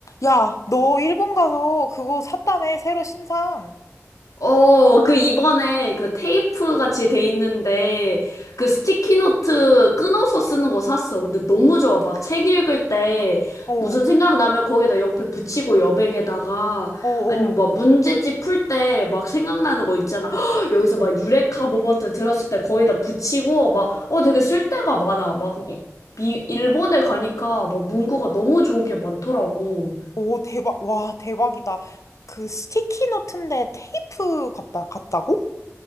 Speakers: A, on the left (about 70°); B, on the left (about 80°).
A: 야, 너 일본 가서 그거 샀다며, 새로 신상.
B: 어, 그 이번에 그 테이프 같이 돼 있는데 그 스티키노트 끊어서 쓰는 거 샀어. 근데 너무 좋아. 막 책 읽을 때
A: 어,
B: 무슨
A: 어,
B: 생각 나면 거기다 옆에 붙이고 여백에다가
A: 어.
B: 아니면 막 문제집 풀 때 막 생각나는 거 있잖아. <gasps> 헉, 여기서 막 유레카 모먼트 들었을 때 거기다 붙이고 막 어, 되게 쓸데가 많아. 막 이- 미- 일본에 가니까 막 문구가 너무 좋은 게 많더라고.
A: 오, 대박. 와, 대박이다. 그 스티키 노트인데 테이프 같다, 같다고?